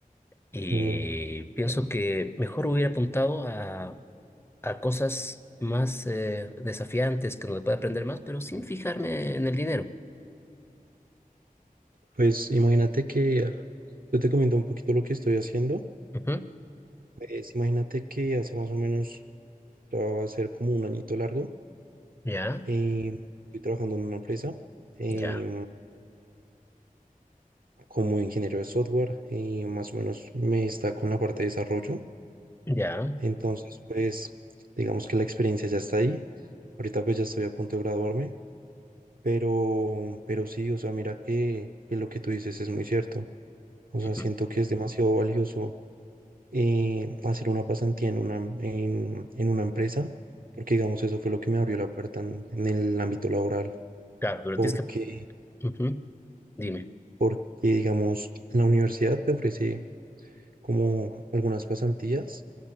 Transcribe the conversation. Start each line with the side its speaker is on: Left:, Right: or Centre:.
Left: Y
Right: Eh,
Left: pienso que mejor hubiera apuntado a, a cosas más eh, desafiantes, que donde pueda aprender más, pero sin fijarme en el dinero.
Right: pues imagínate que ah, yo te comento un poquito lo que estoy haciendo,
Left: Ujú.
Right: pues imagínate que hace más o menos, ya va a ser como un añito largo.
Left: Ya,
Right: Eh, estoy trabajando en una empresa eh,
Left: ya,
Right: como ingeniero de software y más o menos me está con la parte de desarrollo.
Left: ya.
Right: Entonces, pues, digamos que la experiencia ya está ahí. Ahorita pues ya estoy a punto de graduarme, pero, pero sí, o sea, mira que, que lo que tú dices es muy cierto. O
Left: Ujú.
Right: sea, siento que es demasiado valioso eh, hacer una pasantía en una, en, en una empresa, porque digamos, eso fue lo que me abrió la puerta en en el ámbito laboral,
Left: Claro, pero
Right: porque
Left: tienes que... ujú. Dime.
Right: porque digamos, la universidad te ofrece como algunas pasantías